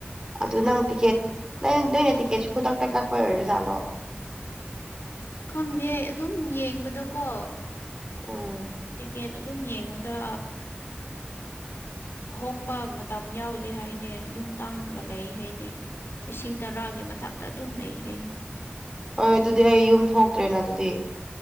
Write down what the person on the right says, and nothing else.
ꯑꯗꯨ ꯅꯪ ꯇꯤꯛꯀꯦꯠ ꯅꯪ ꯅꯣꯏꯅ ꯇꯤꯛꯀꯦꯠꯁꯨ ꯈꯨꯗꯛꯇ ꯀꯛꯄ ꯑꯣꯏꯔꯖꯥꯠꯂꯣ
ꯎꯝ
ꯍꯣꯏ ꯑꯗꯨꯗꯤ ꯑꯩ ꯌꯨꯝ ꯊꯣꯛꯇ꯭ꯔꯦꯅ ꯑꯗꯨꯗꯤ